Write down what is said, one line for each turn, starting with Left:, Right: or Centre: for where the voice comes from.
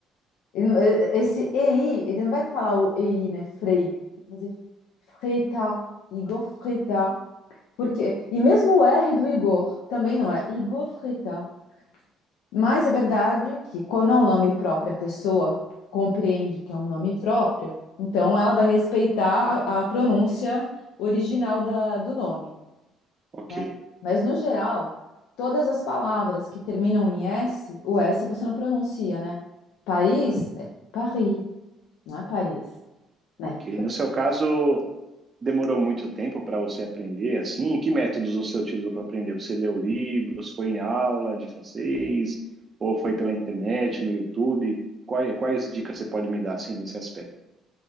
Left: ele não- eh, esse EI, ele não vai falar o EI, né? Frei. Vai fazer Freitas, Igor Freitas. Porque, e mesmo o R do Igor também não é Igor Frita. Mas é verdade que quando é um nome próprio, a pessoa compreende que é um nome próprio, então ela vai respeitar a, a pronúncia original da- do nome,
Right: ok,
Left: né? Mas no geral, todas as palavras que terminam em S, o S você não pronuncia, né? Paris é Paris, não é Paris, né?
Right: ok. No seu caso, demorou muito tempo para você aprender assim? E Que métodos você utilizou para aprender? Você leu livros, foi em aula de francês, ou foi pela internet, no YouTube? Quais, quais dicas você pode me dar assim nesse aspecto?